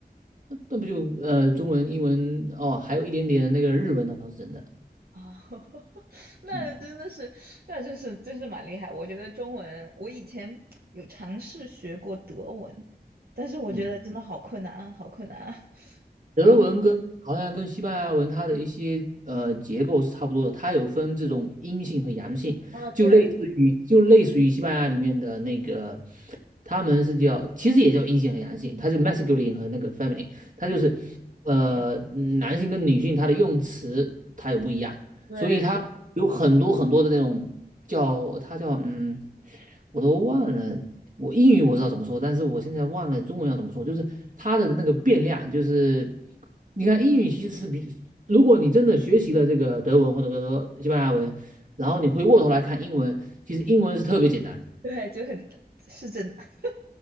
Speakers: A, on the right; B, on the right.
A: 那不就呃中文、英文哦，还有一点点那个日文倒是真的。
B: 啊，<laughs> 那真的是，
A: 嗯
B: 那真是真是蛮厉害。我觉得中文，我以前有尝试学过德文，但是我觉得真的好困难啊，
A: 嗯，
B: 好困难啊。<laughs>
A: 德文跟好像跟西班牙文它的一些呃结构是差不多的，
B: 然后，
A: 它有分这种阴性和阳性，
B: 啊，对，
A: 就类似于就类似于西班牙里面的那个，他们是叫其实也叫阴性和阳性，它就 masculine 和那个 feminine，它就是呃男性跟女性它的用词它有不一样，
B: 嗯，对，
A: 所以它有很多很多的那种叫它叫嗯我都忘了我英语我知道怎么说，但是我现在忘了中文要怎么说，就是它的那个变量，就是你看英语其实是比，如果你真的学习了这个德文或者说西班牙文，然后你回过头来看英文，其实英文是特别简单的。
B: 对，就很，是真的，<laughs>